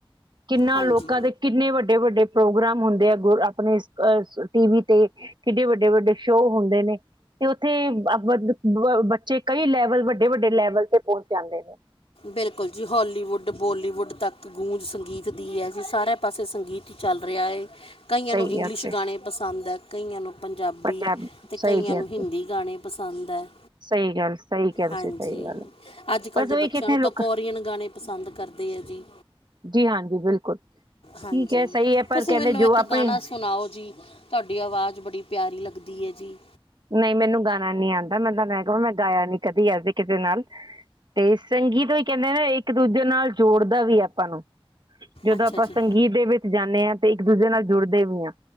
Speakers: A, on the right (about 50°); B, on the left (about 80°).
A: ਕਿੰਨਾ
B: ਹਾਂਜੀ
A: ਲੋਕਾਂ ਦੇ ਕਿੰਨੇ ਵੱਡੇ-ਵੱਡੇ ਪ੍ਰੋਗਰਾਮ ਹੁੰਦੇ ਆ, ਗੁਰ ਆਪਣੇ ਇਸ ਅ ਟੀ ਵੀ ਤੇ ਕਿੱਡੇ ਵੱਡੇ-ਵੱਡੇ ਸ਼ੋਅ ਹੁੰਦੇ ਨੇ ਤੇ ਉੱਥੇ- ਬੱਚੇ ਕਈ ਲੈਵਲ ਵੱਡੇ ਵੱਡੇ ਲੈਵਲ ਤੇ ਪੋਂਚ ਜਾਂਦੇ ਨੇ।
B: ਬਿਲਕੁਲ ਜੀ ਹੋਲੀਵੁੱਡ ਬੋਲੀਵੁੱਡ ਤੱਕ ਗੂੰਜ ਸੰਗੀਤ ਦੀ ਹੈ ਜੀ ਸਾਰਾ ਪਾਸੇ ਸੰਗੀਤ ਹੀ ਚੱਲ ਰਿਹਾ ਹੈ। ਕਈਆਂ
A: ਸਹੀ
B: ਨੂੰ ਇੰਗਲਿਸ਼
A: ਕਿਹਾ ਤੁਸੀਂ
B: ਗਾਣੇ ਪਸੰਦ ਹੈ, ਕਈਆਂ ਨੂੰ ਪੰਜਾਬੀ
A: ਪੰਜਾਬ
B: ਤੇ
A: ਸਹੀ
B: ਕਈਆਂ
A: ਕਿਹਾ
B: ਨੂੰ
A: ਤੁਸੀਂ
B: ਹਿੰਦੀ ਗਾਣੇ ਪਸੰਦ ਹੈ
A: ਸਹੀ ਗੱਲ ਸਹੀ ਕਿਹਾ ਤੁਸੀਂ
B: ਹਾਂਜੀ
A: ਸਹੀ ਗੱਲ ਹੈ
B: ਅੱਜ ਕੱਲ੍ਹ
A: ਬਸ
B: ਦੇ
A: ਉਹੀ
B: ਬੱਚੇ
A: ਕਿਤੇ
B: ਸਾਨੂੰ ਤਾਂ
A: ਲੋਕ
B: ਕੋਰੀਅਨ ਗਾਣੇ ਪਸੰਦ ਕਰਦੇ ਹੈ ਜੀ।
A: ਜੀ ਹਾਂਜੀ ਬਿਲਕੁਲ ਠੀਕ
B: ਹਾਂਜੀ
A: ਹੈ ਸਹੀ ਹੈ ਪਰ
B: ਤੁਸੀਂ
A: ਕੈਂਦੇ
B: ਮੈਨੂੰ
A: ਜੋ
B: ਇੱਕ
A: ਆਪਣੇ
B: ਗਾਣਾ ਸੁਣਾਓ ਜੀ ਤੁਹਾਡੀ ਆਵਾਜ਼ ਬੜੀ ਪਿਆਰੀ ਲੱਗਦੀ ਹੈ ਜੀ।
A: ਨਹੀਂ, ਮੈਨੂੰ ਗਾਣਾ ਨੀ ਆਂਦਾ। ਮੈ ਤਾਂ ਮੈਂ ਕਵਾਂ ਮੈਂ ਗਾਇਆ ਨੀ ਕਦੀ, ਐੇ ਕਿਸੇ ਨਾਲ ਤੇ ਸੰਗੀਤ ਓਹੀ ਕੈਂਦੇ ਨਾ ਇੱਕ ਦੂਜੇ ਨਾਲ ਜੋੜਦਾ ਵੀ ਆਪਾਂ ਨੂੰ। ਜਦੋਂ
B: ਅੱਛਾ
A: ਆਪਾਂ
B: ਜੀ
A: ਸੰਗੀਤ ਦੇ ਵਿੱਚ ਜਾਂਨੇ ਹਾਂ, ਤੇ ਇੱਕ-ਦੂਜੇ ਨਾਲ ਜੁੜਦੇ ਵੀ ਹਾਂ।